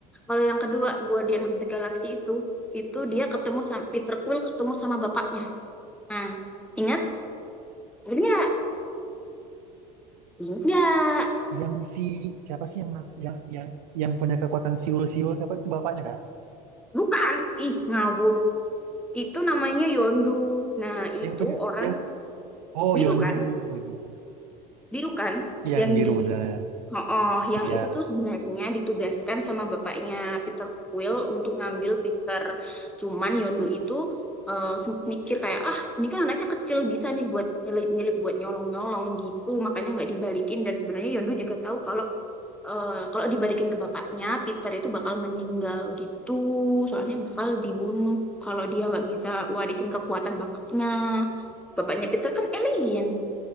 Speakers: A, in the centre; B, on the right (about 80°).
A: Kalau yang kedua Guardian of the Galaxy itu, itu dia ketemu sama Peter Quill ketemu sama bapaknya. Nah, ingat? Ingat nggak? Ingat nggak?
B: Yang si siapa sih yang mat- yang yang yang punya kekuatan siul-siul siapa itu bapaknya kan?
A: Bukan. Ih, ngawur. Itu namanya Yondu. Nah, itu
B: Yang punya
A: orang
B: yang oh
A: biru
B: Yondu.
A: kan?
B: Oh iya.
A: Biru kan?
B: Iya,
A: Yang
B: Yang biru
A: di
B: benar.
A: Oh, oh, yang
B: Iya.
A: itu tuh sebenarnya ditugaskan sama bapaknya Peter Quill untuk ngambil Peter. Cuman Yondu itu eh, sempet mikir kayak, ah ini kan anaknya kecil bisa nih buat nyelip-nyelip, buat nyolong-nyolong gitu. Makanya nggak dibalikin. Dan sebenarnya Yondu juga tahu kalau eh, kalau dibalikin ke bapaknya, Peter itu bakal meninggal gitu. Soalnya bakal dibunuh kalau dia nggak bisa warisin kekuatan bapaknya. Bapaknya Peter kan alien.